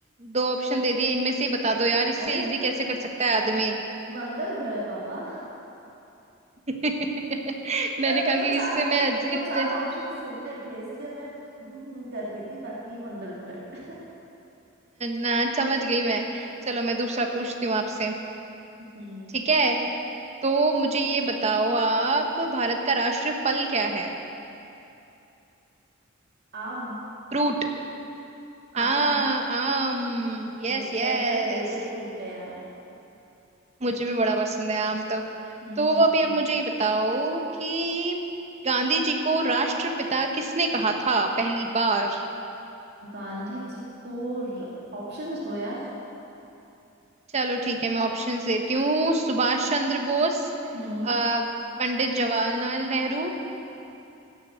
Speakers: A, on the right; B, on the right.
A: दो ऑप्शन दे दिए इनमें से बता दो यार इससे
B: अरे
A: इजी कैसे कर सकता है आदमी
B: मंगल ग्रह बाबा
A: <laughs>
B: <laughs>
A: मैंने
B: पर मेरे
A: कहा
B: को चार
A: कि इससे मैं
B: मेरे को
A: इतने
B: चार ऑप्शन सुनने थे इसलिए मैं हम्म हम्म कर रही थी बाकी मंगल ग्रह <laughs>
A: ना समझ गई मैं चलो मैं दूसरा पूछती हूँ आपसे
B: हम्म
A: ठीक है तो मुझे ये बताओ आप भारत का राष्ट्र फल क्या है
B: आम
A: फ्रूट
B: आम
A: हाँ आम Yes
B: वो तो
A: yes
B: यार मेरा फेवरेट फ्रूट है यार
A: मुझे भी बड़ा पसंद है आम तो
B: हम्म
A: तो अभी आप मुझे ये बताओ कि गांधी जी को राष्ट्रपिता किसने कहा था पहली बार
B: गांधी जी को ऑप्शंस दो यार
A: चलो ठीक है मैं ऑप्शंस देती हूँ सुभाष चंद्र बोस
B: हम्म
A: अ, पंडित जवाहरलाल नेहरू